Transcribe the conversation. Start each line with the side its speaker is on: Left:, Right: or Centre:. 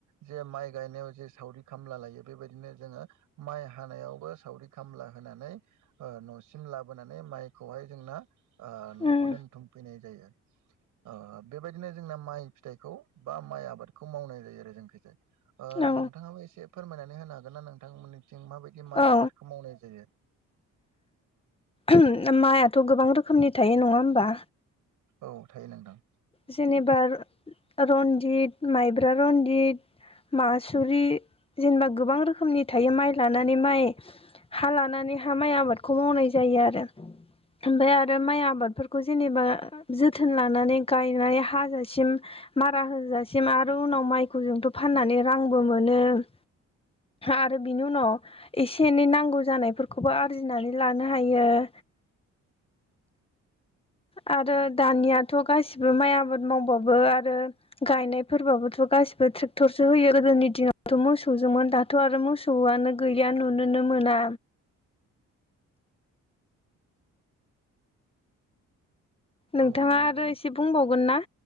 Right: जे माइ गायनायाव जे सावरि खामला लायो बेबायदिनो जोङो माइ हानायावबो सावरि खामला होनानै ओ न'सिम लाबोनानै माइखौहाय जोंना ओ न'आव
Left: उम
Right: दोनथुमफैनाय जायो ओ बेबायदिनो जोंना माइ फिथाइखौ बा माइ आबादखौ मावनाय जायो आरो जोंखायजाया ओ
Left: औ
Right: नोंथाङाबो एसे फोरमायनानै नानै होनो हागोन ना नोंथांमोननिथिं माबायदि माइ
Left: औ
Right: आबादखौ मावनाय जायो
Left: ओम माइआथ' गोबां रोखोमनि थायो नङा होमबा
Right: औ थायो नोंथां
Left: जेनेबा रनजित माइब्रा रनजित मासुरि जेनेबा गोबां रोखोमनि थायो माइ लानानै माइ हा लानानै हा माइ आबादखौ मावनाय जायो आरो ओमफफ्राय आरो माइ आबादफोरखौ जेनेबा जोथोन लानानै गायनाय हाजासिम मारा होजासिम आरो उनाव माइखौ जोंथ' फाननानै रांबो मोनो नो आरो बिनि उनाव एसे एनै नांगौ जानायफोरखौबो आरजिनानै लानो हायो <inaudible> आरो दानियाथ' गासिबो माइ आबाद मावबाबो आरो गायनायफोरबाबोथ' गासिबो ट्रेक्टरसो होयो गोदोनि दिनावथ' मोसौजोंमोन दाथ' आरो मोसौआनो गैया नुोनो मोना नोंथाङा
Right: औ नंगौ
Left: आरो एसे बुंबावगोन ना